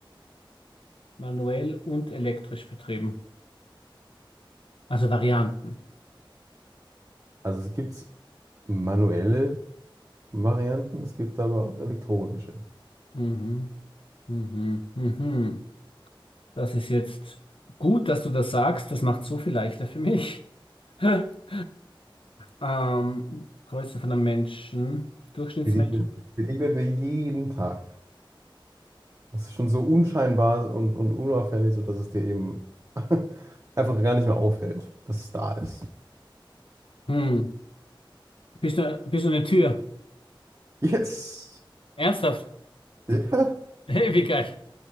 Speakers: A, on the left; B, on the right.
A: Manuell und elektrisch betrieben. Also Varianten.
B: Also es gibt manuelle Varianten, es gibt aber auch elektronische.
A: Mhm. Mhm. Mhm. Mhm. Das ist jetzt gut, dass du das sagst. Das macht so viel leichter für mich. <laughs> Ähm, Größe von einem Menschen, Durchschnittsmenschen.
B: Begegnet, begegnet dir jeden Tag. Es ist schon so unscheinbar und, und unauffällig, sodass es dir eben <laughs> einfach gar nicht mehr auffällt, dass es da ist.
A: Hm. Bist du, bist du eine Tür?
B: Yes!
A: Ernsthaft?
B: Ja.
A: <laughs> Hey, Wie geil.